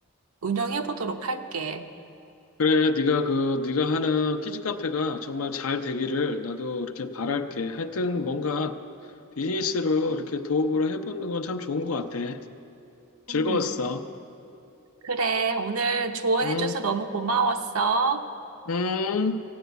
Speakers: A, on the right; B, on the left.
A: 운영해 보도록 할게.
B: 그래, 네가 그 네가 하는 키즈 카페가 정말 잘 되기를 나도 이렇게 바랄게. 하여튼 뭔가 비즈니스로 이렇게 도움을 해보는 건 참 좋은 것 같아. 즐거웠어.
A: 음. 그래, 오늘 조언해줘서
B: 응,
A: 너무 고마웠어.
B: 응.